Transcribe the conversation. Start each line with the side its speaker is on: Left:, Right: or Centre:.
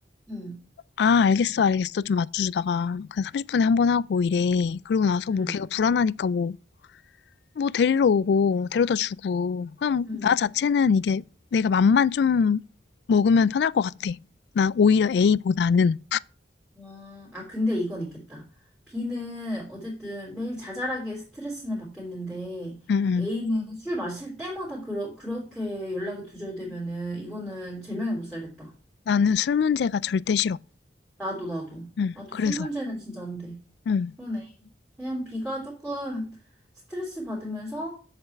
Centre: 응,
Left: 아, 알겠어, 알겠어. 좀 맞춰주다가. 그냥 30분에 한 번 하고 이래. 그러고 나서
Centre: 응,
Left: 뭐 걔가 불안하니까 뭐 뭐 데리러 오고 데려다 주고 그냥
Centre: 응.
Left: 나 자체는 이게 내가 맘만 좀 먹으면 편할 것 같아. 나 오히려 A보다는
Centre: 아, 아, 근데 이건 있겠다. B는 어쨌든 매일 자잘하게 스트레스는 받겠는데,
Left: 응 응,
Centre: A는 술 마실 때마다 그러, 그렇게 연락이 두절되면은, 이거는 제명에 못 살겠다.
Left: 나는 술 문제가 절대 싫어.
Centre: 나도, 나도.
Left: 응,
Centre: 나도
Left: 그래서
Centre: 술 문제는 진짜 안 돼.
Left: 응,
Centre: 그러네. 그냥 B가 조금 스트레스 받으면서